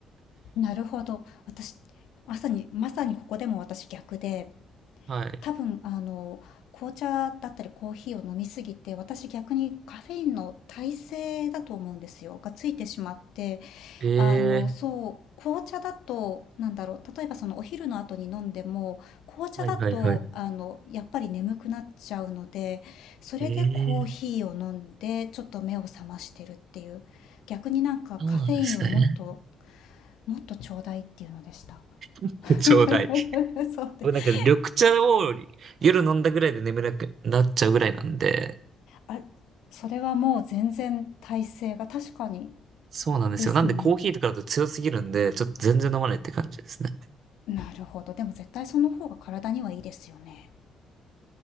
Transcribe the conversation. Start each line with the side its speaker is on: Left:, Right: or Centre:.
Left: なるほど。私、まさに、まさにここでも私逆で、
Right: <laughs> はい。
Left: 多分、あの、紅茶だったりコーヒーを飲みすぎて、私逆にカフェインの耐性だと思うんですよ。がついてしまって、
Right: ええ
Left: あの、そう、紅茶だと、なんだろう、例えばそのお昼の後に飲んでも、紅茶だと、
Right: ーはいはいはい。
Left: あの、やっぱり眠くなっちゃうので、それでコーヒーを飲んで、
Right: ええー
Left: ちょっと目を覚ましてるっていう。逆になんかカフェインをもっと、
Right: そうなんですね。
Left: もっとちょうだいっていうのでした。<laughs>
Right: <laughs> ちょうだい。
Left: そうです。
Right: 僕なんか緑茶を夜飲んだぐらいで眠れなくなっちゃうぐらいなんで、
Left: あ、それはもう全然体勢が確かに
Right: そうなんですよ。
Left: ですね。
Right: なんでコーヒーとかだと強すぎるんで、ちょっと全然飲まないって感じですね。
Left: なるほど。でも絶対その方が体にはいいですよね。